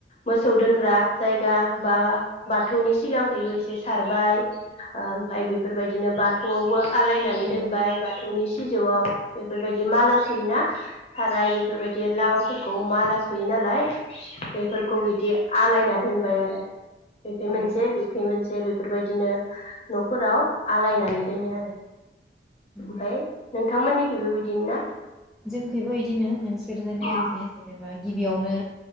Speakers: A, on the left; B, in the centre.
A: मोसौ दोनग्रा जायगा बा बाथौनि सिगांखैबो एसे सारबाय ओमफफ्राय बेफोरबायदिनो बाथौआवबो आलायनानै
B: औ
A: दोनबाय बाथौनि सि सिजौआव बे। बेफोरबायदि माला सोयोना थार बे बेफोरबायदि लाव फोर खौ माला सुयो नाालाय बेफोरखौ बिदि आलायनानै दोनबाय आरो बेखै
B: औ
A: मोनसे बेखै मोनसे बेफोरबायदिनो नफोराव आलायनानै दोनो आरो। ओमफ्राय
B: औ
A: नोंथांमोननि थेबो बिदि ना?
B: जोंनि थिंबो बिदिनो नों सोर जोंनो
A: अ
B: एके जेनेबा गिबियावनो